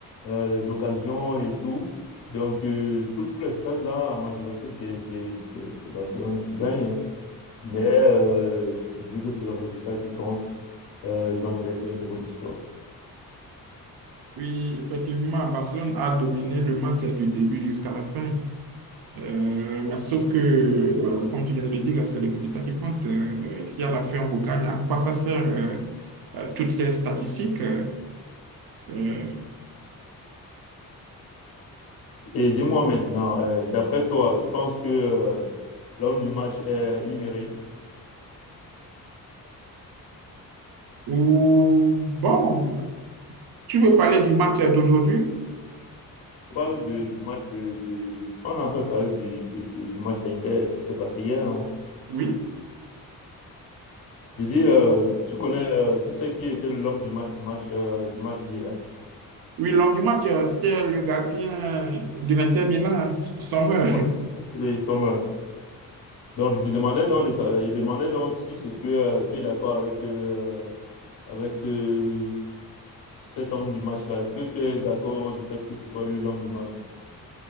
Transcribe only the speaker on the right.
Oui, effectivement, Barcelone a dominé le match du début jusqu'à la fin. Euh, mais sauf que, euh, comme tu viens de le dire, c'est le résultat qui compte. Euh, si à la fin on regagne, à quoi ça sert euh, euh, toutes ces statistiques euh, euh,
ou bon, Tu veux parler du match d'aujourd'hui?
Oui,
Oui, l'homme du match, euh, c'était le gardien de l'Inter Milan, hein, S- Sommer.